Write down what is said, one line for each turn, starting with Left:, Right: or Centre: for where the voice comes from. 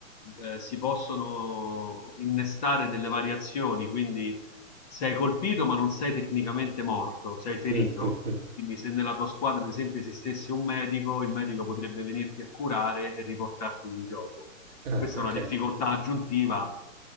Left: eh, si possono innestare delle variazioni, quindi sei colpito ma non sei tecnicamente morto, sei ferito.
Right: Mh, mh, mh.
Left: Quindi se nella tua squadra, ad esempio, esistesse un medico, il medico potrebbe venirti a curare e riportarti in gioco.
Right: Ah,
Left: Questa
Right: okay.
Left: è una difficoltà aggiuntiva